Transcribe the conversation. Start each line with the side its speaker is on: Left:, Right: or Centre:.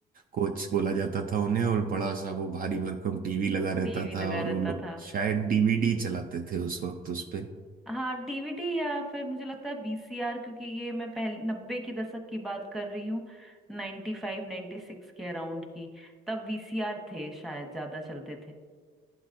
Right: कोच बोला जाता था उन्हें और बड़ा सा वो भारी भरकम टीवी लगा रहता
Centre: टीवी
Right: था
Centre: लगा
Right: और
Centre: रहता
Right: वो लोग
Centre: था
Right: शायद डीवीडी चलाते थे उस वक्त उस पे
Centre: हाँ डीवीडी या फिर मुझे लगता है वीसीआर क्योंकि ये मैं पहले नब्बे के दशक की बात कर रही हूँ नाइन्टी फाइव नाइन्टी सिक्स के अराउंड की तब वीसीआर थे शायद ज्यादा चलते थे